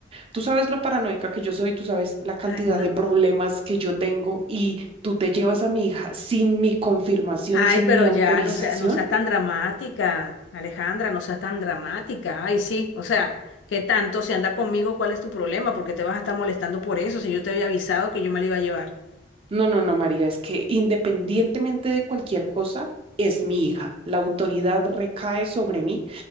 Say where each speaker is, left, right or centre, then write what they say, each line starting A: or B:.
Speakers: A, on the right; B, on the left.
A: Tú sabes lo paranoica que yo soy, tú sabes la cantidad
B: Ay, no.
A: de problemas que yo tengo y tú te llevas a mi hija sin mi confirmación,
B: Ay,
A: sin
B: pero
A: mi autorización.
B: ya, no sea- no seas tan dramática, Alejandra, no seas tan dramática. Ay, sí, o sea, ¿qué tanto? Si anda conmigo, ¿cuál es tu problema? Porque te vas a estar molestando por eso, si yo te había avisado que yo me la iba a llevar.
A: No, no, no, María, es que independientemente de cualquier cosa, es mi hija. La autoridad recae sobre mí